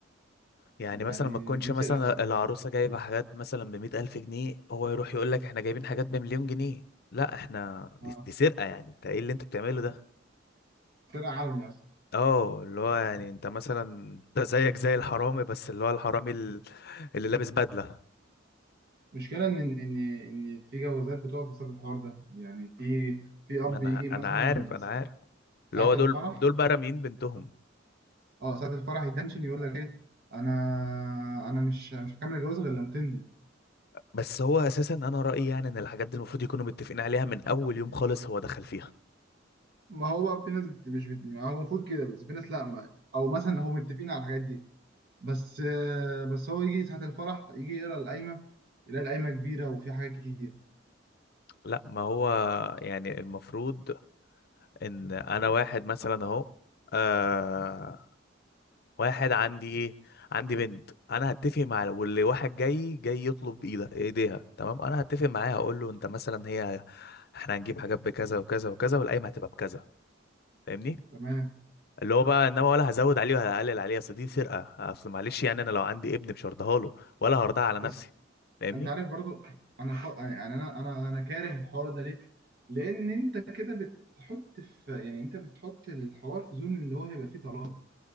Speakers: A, on the left (about 55°); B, on the right (about 55°).
A: يعني
B: يعني
A: مثلا ما تكونش
B: دي
A: مثلا
B: سرقه فعلا
A: العروسة جايبة حاجات مثلا بمية ألف جنيه هو يروح يقول لك احنا جايبين حاجات بمليون جنيه لا احنا دي,
B: اه
A: دي سرقة يعني انت ايه اللي انت بتعمله ده
B: سرقه علني اصلا.
A: اه اللي هو يعني انت مثلا انت زيك زي الحرامي بس اللي هو الحرامي ال- اللي لابس بدلة
B: المشكلة إن إن إن إن في جوازات بتقف بسبب الحوار ده يعني في في أب
A: ما انا
B: يجي مثلا
A: انا عارف انا عارف اللي
B: ساعة
A: هو دول
B: الفرح
A: دول بقى راميين بنتهم
B: أه ساعة الفرح يتنشن يقول لك إيه أنا أنا مش مش هكمل الجواز غير لما تندي
A: بس هو اساسا انا رأيي يعني ان الحاجات دي المفروض يكونوا متفقين عليها من اول يوم خالص هو دخل فيها
B: ما هو في ناس بت- مش بت- ما هو المفروض كده بس في ناس لأ ما أو مثلا هم متفقين على الحاجات دي بس آه، بس هو يجي ساعة الفرح يجي يقرا القايمة يلاقي القايمة كبيرة وفيها حاجات كتير
A: لا ما هو يعني المفروض ان انا واحد مثلا اهو آه واحد عندي ايه عندي بنت انا هتفق مع واللي واحد جاي جاي يطلب ايدها ايديها تمام انا هتفق معاه هقول له انت مثلا هي احنا هنجيب حاجات بكذا وكذا وكذا والقايمه هتبقى بكذا فاهمني
B: تمام
A: اللي هو بقى انما ولا هزود عليه ولا هقلل عليه اصل دي سرقه اصل معلش يعني انا لو عندي ابن مش هرضاها له ولا هرضاها على
B: بس
A: نفسي فاهمني
B: انت عارف برضو انا ف... يعني يعني انا انا انا كاره الحوار ده ليه لان انت كده بتحط في يعني انت بتحط الحوار في زون اللي هو هيبقى فيه طلاق